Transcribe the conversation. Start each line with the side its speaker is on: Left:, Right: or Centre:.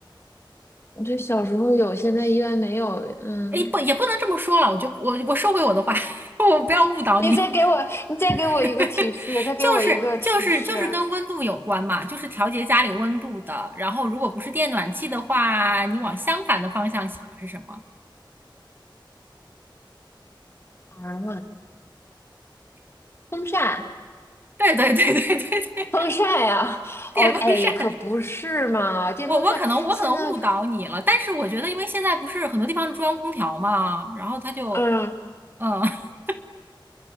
Left: 我这小时候有，现在依然没有。嗯，
Right: 哎，不也不能这么说了，我就我我收回我的话，<laughs> 我不要误导你，
Left: 你再给我，你再给我一个提示，
Right: <laughs>
Left: 再给我一个提示。
Right: 就是就是就是跟温度有关嘛，就是调节家里温度的。然后如果不是电暖气的话，你往相反的方向想是什么？
Left: 啊，风扇。
Right: 对对对对对对，
Left: 风扇呀、哦，
Right: 电风扇，
Left: 哎，可不是嘛，电风扇现在可
Right: 我我可能我可能误导你了，但是我觉得，因为现在不是很多地方是中央空调嘛，然后它就，
Left: 嗯，
Right: 嗯，<laughs>